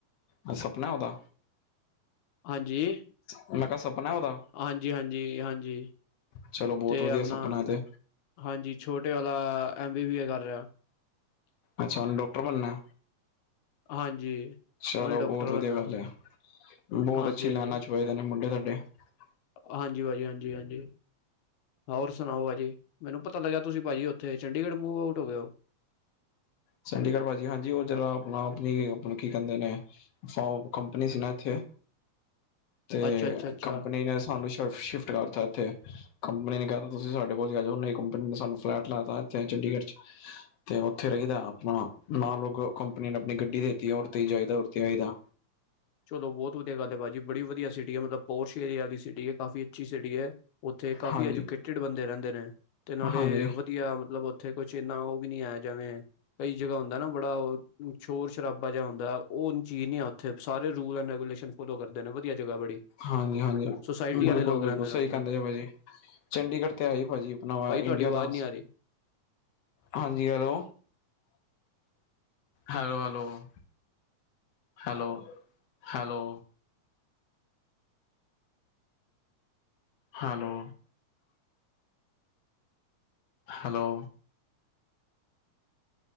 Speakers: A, on the left (about 70°); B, on the left (about 80°).
A: ਇਹ ਸਪਨਾ ਉਹਦਾ
B: ਹਾਂਜੀ
A: ਮੈਂ ਕਿਹਾ ਸਪਨਾ ਉਹਦਾ
B: ਹਾਂਜੀ ਹਾਂਜੀ ਹਾਂਜੀ
A: ਚਲੋ ਬਹੁਤ
B: ਤੇ
A: ਵਧੀਆ
B: ਅਪਨਾ
A: ਸਪਨਾ ਤੇ
B: ਹਾਂਜੀ ਛੋਟੇ ਆਲਾ ਐਮ ਬੀ ਬੀ ਏ ਕਰ ਰਿਹਾ
A: ਅੱਛਾ ਉਹਨੇ ਡਾਕਟਰ ਬਣਨਾ।
B: ਹਾਂਜੀ
A: ਚਲੋ
B: ਉਹਨੇ ਡਾਕਟਰ
A: ਬਹੁਤ
B: ਬਣਨਾ
A: ਵਧੀਆ ਗੱਲ ਹੈ ਬਹੁਤ
B: ਹਾਂਜੀ
A: ਅੱਛੀ
B: ਹਾਂਜੀ
A: ਲੈਨਾ ਚ ਹੋ ਨੇ ਮੁੰਡੇ ਸਾਡੇ <unintelligible>
B: ਹਾਂਜੀ ਭਾਜੀ। ਹਾਂਜੀ ਹਾਂਜੀ ਹੋਰ ਸੁਨਾਓ ਭਾਜੀ। ਮੈਨੂੰ ਪਤਾ ਲੱਗਿਆ ਤੁਸੀਂ ਭਾਜੀ ਉੱਥੇ ਚੰਡੀਗੜ੍ਹ ਮੂਵ ਆਊਟ ਹੋ ਗਏ ਓ?
A: ਚੰਡੀਗੜ੍ਹ ਭਾਜੀ ਹਾਂਜੀ। ਉਹ ਜਰਾ ਅਪਣਾ ਅਪਣੀ ਕੀ ਕਹਿੰਦੇ ਨੇ ਸਾਓ ਕੰਪਨੀ ਸੀ ਨਾ ਇੱਥੇ।
B: <inaudible>
A: ਤੇ
B: ਅੱਛਾ ਅੱਛਾ
A: ਕੰਪਨੀ ਨੇ ਸਾਨੂੰ ਸ਼ਿਫ ਸ਼ਿਫਟ ਕਰਤਾ ਇੱਥੇ ਕੰਪਨੀ ਨੇ ਕਹਿਤਾ ਤੁਸੀਂ ਸਾਡੇ ਕੋਲ ਈ ਆ ਜਾਓ ੳਹਨੇ ਕੰਪਨੀ ਨੇ ਸਾਨੂੰ ਫਲੈਟ ਲੈ ਤਾ ਇਥੇ ਚੰਡੀਗੜ੍ਹ ਚ ਤੇ ਉੱਥੇ ਰਹੀ ਦਾ ਹਾਂ ਨਾਲ ੳਹ ਕੰਪਨੀ ਨੇ ਅਪਣੀ ਗੱਡੀ ਦੇਤੀ ਉਹਦੇ ਤੇ ਜਾਈਦਾ ਉਹਦੇ ਤੇ ਆਈ ਦਾ
B: ਚਲੋ ਬਹੁਤ ਵਧੀਆ ਗੱਲ ਏ ਭਾਜੀ ਬੜੀ ਵਧਿਆ ਸਿਟੀ ਏ ਮਤਲਬ। ਪਾਸ਼ ਏਰੀਆ ਵਾਲੀ ਸਿਟੀ ਏ ਕਾਫੀ ਅੱਛੀ ਸਿਟੀ ਹੈ ਉੱਥੇ ਕਾਫੀ
A: ਹਾਂਜੀ,
B: ਐਜੂਕੇਟਿਡ ਬੰਦੇ ਰਹਿੰਦੇ ਨੇ। ਤੇ ਨਾਲੇ
A: ਹਾਂਜੀ,
B: ਵਧੀ ਵਧੀਆ ਮਤਲਬ ਉੱਥੇ ਕੁਛ ਇੰਨਾ ਉਹ ਵੀ ਨੀ ਆਇਆ ਜਵੇਂ ਕਈ ਜਗ੍ਹਾ ਹੁੰਦਾ ਨਾ ਬੜਾ ਉਹ ਸ਼ੋਰ ਸ਼ਰਾਾਿਹਾ ਹੁੰਦਾ ਉਹ ਚੀਜ਼ ਨਹੀਂ ਆ ਉੱਥੇ ਸਾਰੇ ਰੂਲ ਐਂਡ ਰੈਗੂਲੇਸ਼ਨ ਫੋਲੋ ਕਰਦੇ ਨੇ ਵਧੀਆ ਜਗ੍ਹਾ ਬੜੀ।
A: ਹਾਂਜੀ ਹਾਂਜੀ
B: ਸੁਸਾਇਟੀ
A: ਬਿਲਕੁਲ
B: ਵਾਲੇ ਲੋਕ
A: ਬਿਲਕੁਲ
B: ਰਹਿੰਦੇ
A: ਸਹੀ
B: ਨੇ ਉੱਥੇ
A: ਕਹਿੰਦੇ ਜ ਭਾ ਜੀ। ਚੰਡੀਗੜ੍ਹ ਤੇ ਆਏ ਭਾਜੀੀ ਆਪਣਾ
B: ਭਾਜੀ ਤੁਹਾਡੀ
A: ਇੰਡੀਆ
B: ਆਵਾਜ਼
A: ਦਾ
B: ਨਹੀਂ ਆ ਰਹੀ।
A: ਹਾਂਜੀ hello hello hello hello hello hello hello